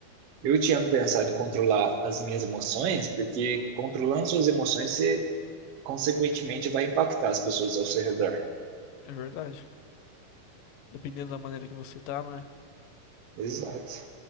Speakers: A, on the right (about 70°); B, on the left (about 75°).
A: Eu tinha pensado em controlar as minhas emoções, porque controlando suas emoções, você consequentemente vai impactar as pessoas ao seu redor.
B: É verdade? Dependendo da maneira que você tá, não é?
A: Exato.